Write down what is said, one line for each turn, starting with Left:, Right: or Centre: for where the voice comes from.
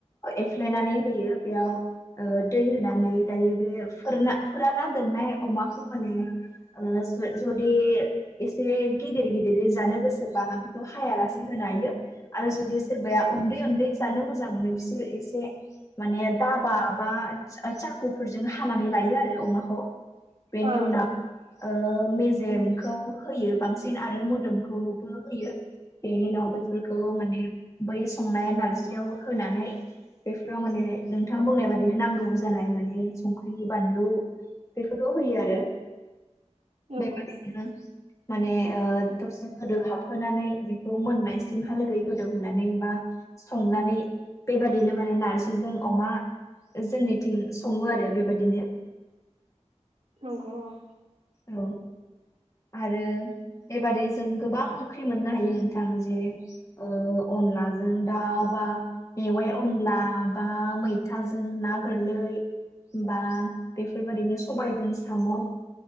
Left: एफ्लेनानै होयो बेयाव दै होनानै दायो बे फोरा फोराना दोननाय अमाखौ माने आ जदि एसे गिदिर गिदिर जानो गोसोबा आ बेखौ हायालासे होनो हायो आरो जुदि सोरबाया उन्दै उन्दै जानो मोजां मोनो बिसोर एसे माने दाबा बा साखुफोरजों हानानै लायो आरो अमाखौ बेनि
Right: ओं
Left: उनाव
Right: ओं
Left: मेजेमखौ होयो बांसिन आरो मोदोमखौबो होयो बेनि उनाव बे फोरखौ माने बै संनाय नारजियाव होनानै बेफोराव माने नोंथाङा बुंनाय बादिनो नांगौ जानाय माने संख्रि बानलु बेफोरखौ होयो आरो
Right: नंगौ
Left: बेबायदिनो माने दसे गोदौ हाबहोनानै बेखौ मोननायसिमहालागै गोदौहोनानै बा संनानै बेबादिनो माने नारजिजों अमा जोंनिथिं सङो आरो बेबायदिनो
Right: नंगौ औ
Left: औ आरो बेबादि जों गोबां ओंख्रि मोननो हायो नोंथां जे अनलाजों दाउ बा मेवाइ अनला बा मैथाजों ना गोरलै बा बेफोरबायाददिनो सबायजों साम'